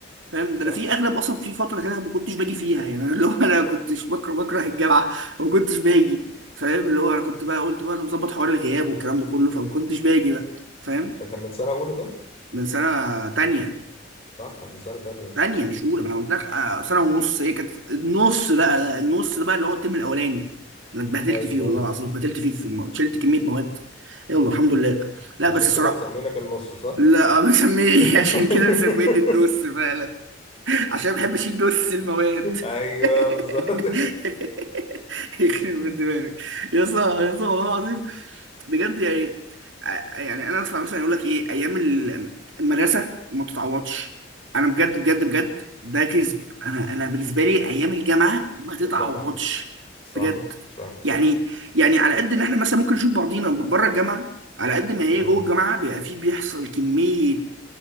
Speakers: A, on the right; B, on the left.
A: فاهم
B: صح
A: ده انا في اغلب اصلا في فتره كده ما كنتش باجي فيها يعني أنا اللي هو انا كنتش بكره بكره الجامعه وما كنتش باجي فاهم اللي هو انا كنت بقى قلت بقى انا مظبط حوار الغياب والكلام ده كله فما كنتش باجي بقى فاهم
B: ده كان من سنة أولى ده
A: من سنه تانية
B: صح من سنة تانية
A: تانية مش اولى ما انا قلت لك آه، سنه ونص هي كانت النص بقى النص ده بقى اللي هو الترم الاولاني انا اتبهدلت
B: أيوه
A: فيه والله
B: أيوه
A: العظيم اتبهدلت فيه في الم... شلت كميه مواد يلا الحمد لله لا
B: عشان
A: بس الصراحه
B: كده مسمينك النص صح
A: لا مسميني
B: <laughs>
A: <laughs> عشان كده مسميني النص فعلا عشان بحب اشيل نص المواد
B: أيوه
A: <laughs>
B: بالظبط
A: يخرب
B: <laughs>
A: بيت دماغك يا اسطى يا اسطى والله العظيم بجد يعني ع- يعني انا اسمع مثلا يقول لك ايه ايام ال- المدرسه ما بتتعوضش انا بجد بجد بجد ده كذب انا انا بالنسبه لي ايام الجامعه ما تتعوضش
B: الجامعة صح
A: بجد
B: صح
A: يعني يعني على قد ان احنا مثلا ممكن نشوف بعضينا بره الجامعه على قد ما هي
B: مم.
A: جوه الجامعه بيبقى فيه بيحصل كميه